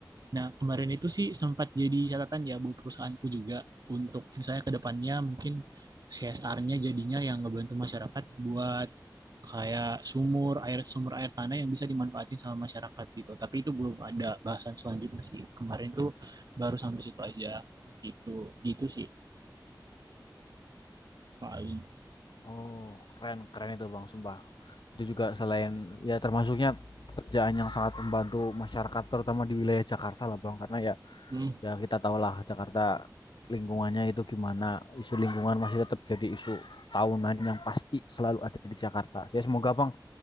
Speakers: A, on the right; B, on the left.
A: Nah, kemarin itu sih sempat jadi catatan ya buat perusahaanku juga untuk misalnya ke depannya mungkin CSR-nya jadinya yang ngebantu masyarakat buat kayak sumur air sumber air tanah yang bisa dimanfaatin sama masyarakat gitu. Tapi itu belum ada bahasan selanjutnya sih. Kemarin tuh baru sampai situ aja gitu. Gitu sih paling.
B: Oh, keren keren itu, Bang, sumpah. Itu juga selain ya termasuknya kerjaan yang sangat membantu masyarakat terutama di wilayah Jakarta lah, Bang, karena ya
A: Hmm.
B: ya kita tahulah Jakarta lingkungannya itu gimana isu lingkungan masih tetap jadi isu tahunan yang pasti selalu ada di Jakarta ya semoga bang